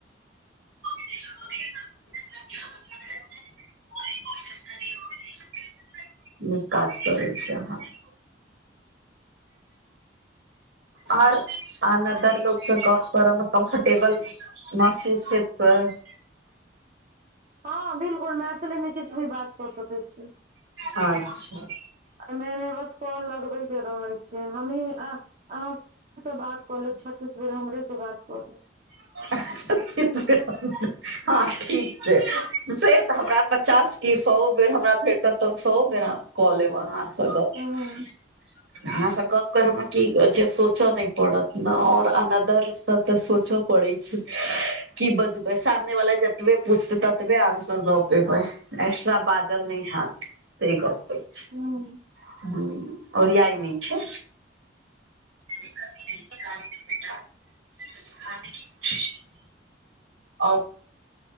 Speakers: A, on the right (about 80°); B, on the right (about 45°).
A: फोन <unintelligible> नीक काज करै छै हहाँ <unintelligible> और हमरा बड़ लोक से गप्प करऽ में कम्फ़र्टेबल बाला गप्प <unintelligible> <unintelligible>
B: हाॅ बिल्कुल मैथली में किछु भी बात कऽ सकैत छी
A: अच्छा
B: एहिमे बस कल लगबैके रहै छियै हमही अहाँ हमे से बात कऽ लेब छत्तीस बार हमरे से बात कऽ ले
A: <unintelligible> हँ ठीक छै से तऽ हमरा पचास ई सए बेर हमरा भेंट रहत तऽ हम सए बेर कऽ लेब अहाँ कऽ लेब
B: हँ
A: आहासे गप्प ओ की छै सोचऽ न पड़त ने और अनदर से त सोच पोरै छै की बजबै सामने वाला जतबे पुछतै ततबे आन्सर दऽ पेबै एक्ट्रा बाजल नहि हेत से गप्प कहे छी
B: हूं
A: हा ओरियाई नहि छै <unintelligible> और